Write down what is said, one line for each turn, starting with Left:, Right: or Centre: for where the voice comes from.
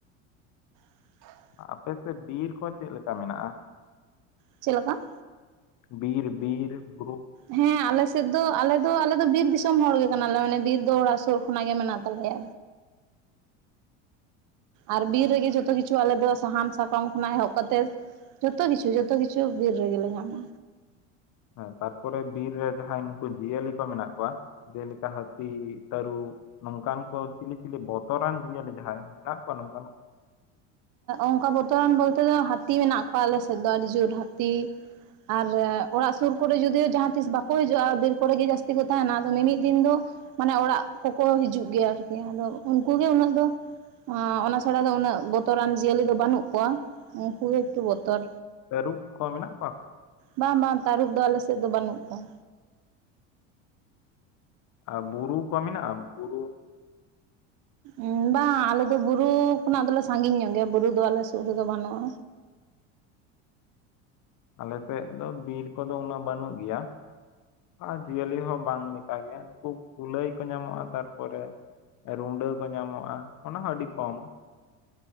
Right: <inaudible>
Left: ᱟᱯᱮ ᱥᱮᱫ ᱵᱤᱨ ᱠᱚ ᱪᱮᱫ ᱞᱮᱠᱟ ᱢᱮᱱᱟᱜᱼᱟ?
Right: ᱪᱮᱫ ᱞᱮᱠᱟ?
Left: ᱵᱤᱨ ᱵᱤᱨ, ᱵᱩᱨᱩ᱾
Right: ᱦᱮᱸ ᱟᱞᱮ ᱥᱮᱫ ᱫᱚ ᱟᱞᱮ ᱫᱚ ᱟᱞᱮ ᱫᱚ ᱵᱤᱨ ᱫᱤᱥᱚᱢ ᱦᱚᱲ ᱜᱮ ᱠᱟᱱᱟ ᱞᱮ ᱢᱟᱱᱮ ᱵᱤᱨ ᱫᱚ ᱚᱲᱟᱜ ᱥᱳᱨ ᱠᱷᱚᱱᱟᱜ ᱜᱮ ᱢᱮᱱᱟᱜ ᱛᱟᱞᱮᱭᱟ᱾ ᱟᱨ ᱵᱤᱨ ᱨᱮᱜᱮ ᱡᱷᱚᱛᱚ ᱠᱤᱪᱷᱩ ᱟᱞᱮ ᱫᱚ ᱥᱟᱦᱟᱱ ᱥᱟᱠᱟᱢ ᱠᱷᱚᱱᱟᱜ ᱮᱦᱚᱵ ᱠᱟᱛᱮᱫ ᱡᱚᱛᱚ ᱠᱤᱪᱷᱩ ᱡᱚᱛᱚ ᱠᱤᱪᱷᱩ ᱵᱤᱨ ᱨᱮ ᱜᱮ ᱞᱮ ᱧᱟᱢᱟ᱾
Left: ᱦᱮᱸ ᱛᱟᱨᱯᱚᱨᱮ ᱵᱤᱨ ᱨᱮ ᱡᱟᱸᱦᱟᱭ ᱱᱩᱠᱩ ᱡᱤᱭᱟᱹᱞᱤ ᱠᱚ ᱢᱮᱱᱟᱜ ᱠᱚᱣᱟ ᱡᱮᱞᱮᱠᱟ ᱦᱟᱹᱛᱤ ᱛᱟᱹᱨᱩᱵ ᱱᱚᱝᱠᱟᱱ ᱠᱚ ᱪᱤᱞᱤ ᱪᱤᱞᱤ ᱵᱚᱛᱚᱨᱟᱱ ᱡᱤᱭᱟᱹᱞᱤ ᱡᱟᱦᱟᱸᱭ <unintelligible>
Right: ᱚᱱᱠᱟ ᱵᱚᱨᱛᱚᱨᱟᱱ ᱵᱚᱞᱛᱮ ᱫᱚ ᱦᱟᱹᱛᱤ ᱢᱮᱱᱟᱜ ᱠᱚᱣᱟ ᱟᱞᱮ ᱥᱮᱫ ᱫᱚ ᱟᱹᱰᱤ ᱡᱳᱨ ᱦᱟᱹᱛᱤ᱾ ᱟᱨ ᱚᱲᱟᱜ ᱥᱩᱨ ᱠᱚ ᱨᱮ ᱡᱩᱫᱤᱭᱳ ᱡᱟᱸᱦᱟ ᱛᱤᱥ ᱵᱟᱠᱚ ᱦᱤᱡᱩᱜᱼᱟ ᱵᱤᱨ ᱠᱚᱨᱮ ᱜᱮ ᱡᱟᱹᱥᱛᱤ ᱠᱚ ᱛᱟᱦᱮᱱᱟ ᱟᱫᱚ ᱢᱤ-ᱢᱤᱫ ᱫᱤᱱ ᱫᱚ ᱢᱟᱱᱮ ᱚᱲᱟᱜ ᱠᱚᱠᱚ ᱦᱤᱡᱩᱜ ᱜᱮᱭᱟ ᱟᱨᱠᱤ ᱟᱫᱚ ᱩᱱᱠᱩ ᱜᱮ ᱩᱱᱟᱹᱜ ᱫᱚ ᱟᱸᱜ, ᱚᱱᱟ ᱪᱷᱟᱲᱟ ᱫᱚ ᱩᱱᱟᱹᱜ ᱵᱚᱛᱚᱨᱟᱱ ᱡᱤᱭᱟᱹᱞᱤ ᱫᱚ ᱵᱟᱹᱱᱩᱜ ᱠᱚᱣᱟ ᱩᱱᱠᱩ ᱜᱮ ᱮᱠᱴᱩ ᱵᱚᱛᱚᱨ᱾
Left: ᱛᱟᱹᱨᱩᱵ ᱠᱚ ᱢᱮᱱᱟᱜ ᱠᱚᱣᱟ?
Right: ᱵᱟᱝ ᱵᱟᱝ ᱛᱟᱹᱨᱩᱵ ᱫᱚ ᱟᱞᱮ ᱥᱮᱫ ᱫᱚ ᱵᱟᱹᱱᱩᱜ ᱠᱚᱣᱟ᱾
Left: ᱟᱨ ᱵᱩᱨᱩ ᱠᱚ ᱢᱮᱱᱟᱜᱼᱟ, ᱵᱩᱨᱩ?
Right: ᱩᱸᱻ, ᱵᱟᱝ ᱟᱞᱮ ᱫᱚ ᱵᱩᱨᱩ ᱠᱷᱚᱱᱟᱜ ᱫᱚᱞᱮ ᱥᱟᱹᱜᱤᱧ ᱧᱚᱜ ᱜᱮᱭᱟ ᱵᱩᱨᱩ ᱫᱚ ᱟᱞᱮ ᱥᱩᱨ ᱨᱮᱫᱚ ᱵᱟᱹᱱᱩᱜᱼᱟ᱾
Left: ᱟᱞᱮ ᱥᱮᱫ ᱫᱚ ᱵᱤᱨ ᱠᱚᱫᱚ ᱩᱱᱟᱹᱜ ᱵᱟᱹᱱᱩᱜ ᱜᱮᱭᱟ ᱟᱨ ᱡᱤᱭᱟᱹᱞᱤ ᱦᱚᱸ ᱵᱟᱝ ᱞᱮ ᱠᱟᱛᱮ ᱟᱨᱠᱤ᱾ ᱠᱩᱞᱟᱹᱭ ᱠᱚ ᱧᱟᱢᱚᱜᱼᱟ ᱛᱟᱨᱯᱚᱨᱮ ᱨᱩᱰᱟᱹ ᱠᱚ ᱧᱟᱢᱚᱜᱼᱟ ᱚᱱᱟ ᱦᱚᱸ ᱟᱹᱰᱤ ᱠᱚᱢ᱾